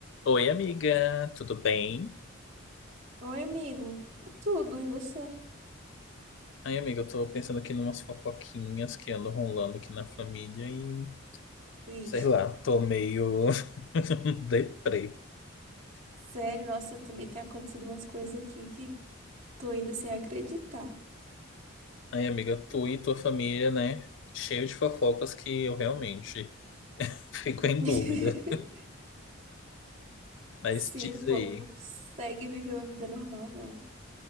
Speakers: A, on the left (about 60°); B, on the right (about 35°).
A: Oi, amiga, tudo bem?
B: Oi, amigo. Tudo, e você?
A: Ai, amiga, eu tô pensando aqui numas fofoquinhas que andam rolando aqui na família e,
B: Vixe.
A: sei lá, tô meio <laughs> deprê.
B: Sério, nossa, também tem acontecido umas coisas aqui que tô indo sem acreditar.
A: Ai, amiga, tu e tua família, né? Cheio de fofocas que eu realmente <laughs> fico em
B: <laughs>
A: dúvida. Mas
B: Sim,
A: diz
B: o povo
A: aí,
B: não consegue viver uma vida normal, não.